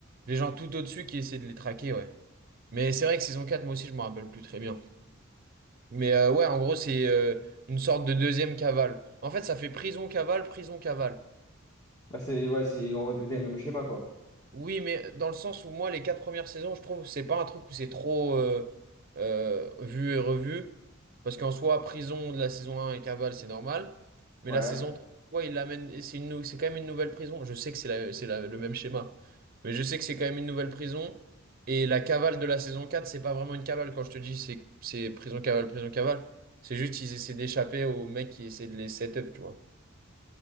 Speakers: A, on the right (about 45°); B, on the left (about 20°).
A: les gens tout au-dessus qui essaient de les traquer, ouais. Mais c'est vrai que saison 4, moi aussi, je me rappelle plus très bien. Mais euh, ouais, en gros, c'est euh, une sorte de deuxième cavale. En fait, ça fait prison, cavale, prison, cavale.
B: Bah c'est ouais, c'est ils ont répété le même schéma quoi.
A: Oui, mais dans le sens où moi, les quatre premières saisons, je trouve, c'est pas un truc où c'est trop euh, euh, vu et revu. Parce qu'en soi, prison de la saison un et Cavale, c'est normal. Mais
B: Ouais.
A: la saison 3, il l'amène, et c'est une, nou- c'est quand même une nouvelle prison. Je sais que c'est la- c'est la- le même schéma. Mais je sais que c'est quand même une nouvelle prison. Et la cavale de la saison quatre c'est pas vraiment une cavale quand je te dis c'est c'est prison cavale, prison cavale. C'est juste ils essaient d'échapper aux mecs qui essaient de les set up, tu vois.